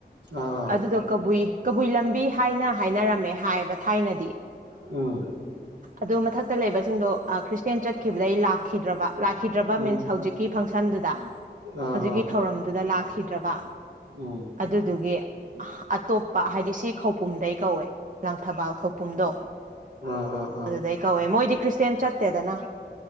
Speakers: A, on the right; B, on the right.
A: ꯑꯥ ꯑꯥ
B: ꯑꯗꯨꯗꯣ ꯀꯕꯨꯏ ꯀꯕꯨꯏ ꯂꯝꯕꯤ ꯍꯥꯏꯅ ꯍꯥꯏꯅꯔꯝꯃꯦ ꯍꯥꯏꯌꯦꯕ ꯊꯥꯏꯅꯗꯤ
A: ꯎꯝ
B: ꯑꯗꯨ ꯃꯊꯛꯇ ꯂꯩꯕꯁꯤꯡꯗꯣ ꯈ꯭ꯔꯤꯁꯇꯌꯥꯦꯟ ꯆꯠꯈꯤꯕꯗꯩ ꯂꯥꯛꯈꯤꯗ꯭ꯔꯕ ꯂꯥꯛꯈꯤꯗ꯭ꯔꯕ
A: ꯎꯝ
B: ꯃꯤꯟꯁ ꯍꯧꯖꯤꯛꯀꯤ ꯐꯪꯁꯟꯗꯨꯗ
A: ꯑꯥ
B: ꯍꯧꯖꯤꯛꯀꯤ
A: ꯑꯥ
B: ꯊꯧꯔꯝꯗꯨꯗ ꯂꯥꯛꯈꯤꯗ꯭ꯔꯕ
A: ꯎꯝ
B: ꯑꯗꯨꯗꯨꯒꯤ ꯑꯇꯣꯞꯄ ꯍꯥꯏꯗꯤ ꯁꯤ ꯈꯧꯄꯨꯝꯗꯩ ꯀꯧꯋꯦ ꯂꯥꯡꯊꯕꯥꯜ ꯈꯧꯄꯨꯝꯗꯣ
A: ꯑꯥ ꯑꯥ ꯑꯥ
B: ꯑꯗꯨꯗꯩ ꯀꯧꯋꯦ ꯃꯣꯏꯗꯤ ꯈ꯭ꯔꯤꯁꯇꯌꯥꯦꯟ ꯆꯠꯇꯦꯗꯅ